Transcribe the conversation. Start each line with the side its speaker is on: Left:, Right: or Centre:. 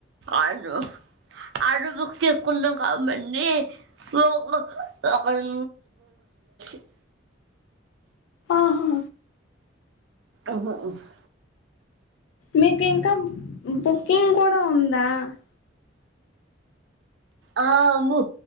Right: ఆడో ఆటో బుక్ ఎక్కుండవ్ అన్నీ వోకోక ఒకల్ <inaudible>
Left: అహహా
Right: అహ హుఫ్
Left: మీకు ఇంకా బుకింగ్ కూడా ఉందా అ
Right: ఆ బు